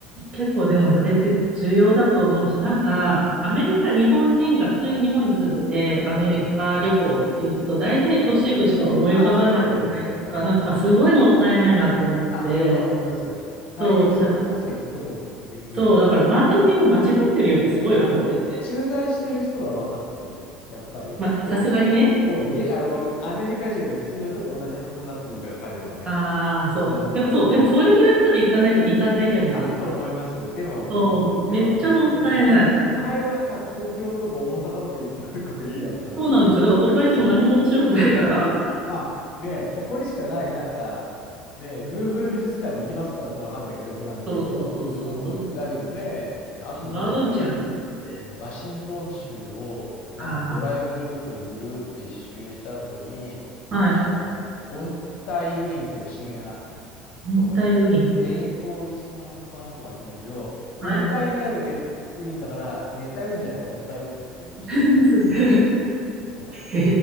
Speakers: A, on the right (about 40°); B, on the left (about 55°).
A: 結構でもそれって重要だと思うし、なんか、
B: どね。
A: アメリカ、日本人が普通に日本に住んでて、アメリカ旅行っていうと、
B: うん。
A: 大体都市部しか思い浮かばないじゃないですか。
B: うんあ、そうだよね。うんうん。
A: なんかすごいもったいないなって思ってて、
B: あ、それは思います。大陸そこそ行くとこべべきだって。
A: そう、なんか、そう、だからマーケティング間違ってるよってすごい思ってて。
B: ね、あと、駐在してる人は分かってる。やっぱり。
A: まあ、
B: え、
A: さすがにね。
B: そう、ゲ、あの、アメリカ人の普通の人と同じ発想になってくるから、彼らはね。
A: ああ、そう。
B: うん、
A: でもそう、
B: そう。
A: でもそれぐらいまでいかないといかないじゃないですか。
B: あ、と思います。でも、
A: そう、
B: うん。
A: めっちゃもったいない。
B: でも、でも、と、都会はさ、東京とか大阪とかいっぱいあるからいいやと思ってて、
A: そうなんですよ。
B: 僕は。
A: だから都会行っても何も面白くないから。
B: <laughs> そう、そう、そう。まあ、ね、そこにしかない、なんか、ね、ルーブル美術館に行きますとかだったらわかるんだけど、フランスで言うと。
A: そうそうそうそうそうそう。
B: うん、だけどね、であとどこだっけな。
A: 違うじゃんって。
B: うん、ワシントン州を、なんかドライブルートをぐるーっと一周した後に、
A: ああ、はい。
B: あの、温帯雨林っていう不思議な、
A: 温帯雨林。
B: どこやってるレインフォーリストなんとかなんとかって言うんだけど、温帯にある熱雨林だから、
A: はい。
B: 熱帯雨林じゃなくて温帯雨林っていう不思議な、
A: <laughs> ですね。
B: そう、
A: へ